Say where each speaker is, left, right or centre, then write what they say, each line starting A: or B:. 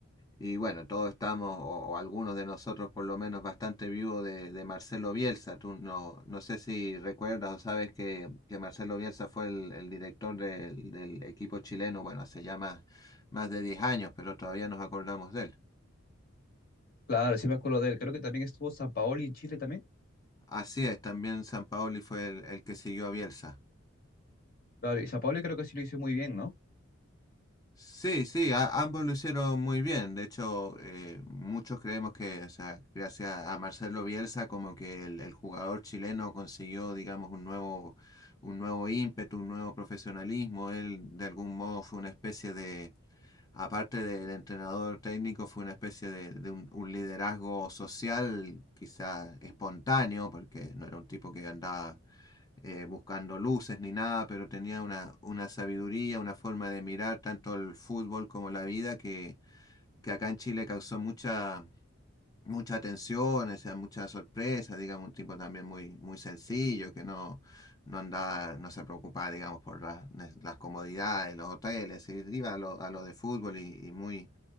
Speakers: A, on the left; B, on the left.
A: Y bueno, todos estamos, o, o algunos de nosotros por lo menos, bastante vivos de, de Marcelo Bielsa. Tú no, no sé si recuerdas o sabes que, que Marcelo Bielsa fue el, el director del, del equipo chileno, bueno, hace ya más, más de 10 años, pero todavía nos acordamos de él.
B: Claro, sí me acuerdo de él. Creo que también estuvo San Paoli en Chile también.
A: Así es, también Sampaoli fue el, el que siguió a Bielsa.
B: Claro, y San Paoli creo que sí lo hizo muy bien, ¿no?
A: Sí, sí, a- ambos lo hicieron muy bien. De hecho, eh, muchos creemos que, o sea, gracias a Marcelo Bielsa, como que el, el jugador chileno consiguió, digamos, un nuevo, un nuevo ímpetu, un nuevo profesionalismo. Él, de algún modo, fue una especie de, aparte del entrenador técnico, fue una especie de, de un, un liderazgo social, quizás espontáneo, porque no era un tipo que andaba eh, buscando luces ni nada, pero tenía una, una sabiduría, una forma de mirar tanto el fútbol como la vida que, que acá en Chile causó mucha, mucha atención, o sea, mucha sorpresa, digamos, un tipo también muy, muy sencillo, que no, no andaba, no se preocupaba, digamos, por las, las comodidades, los hoteles, y iba a lo, a lo de fútbol y, y muy,